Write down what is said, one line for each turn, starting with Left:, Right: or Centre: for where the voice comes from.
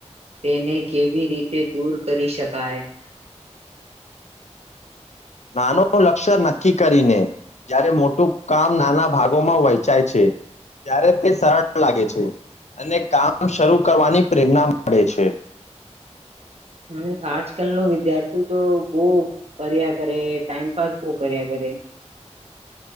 Right: તેને કેવી રીતે દૂર કરી શકાય
Left: નાનું લક્ષ્ય નક્કી કરીને જ્યારે મોટું કામ નાના ભાગોમાં વહેંચાય છે ત્યારે તે સરળ લાગે છે અને કામ શરૂ કરવાની પ્રેરણા મળે છે
Right: હમ આજ કલ ન વિદ્યાર્થીુ તો બહ કર્યા કરે ટાઈમપાસ બહ કર્યા કરે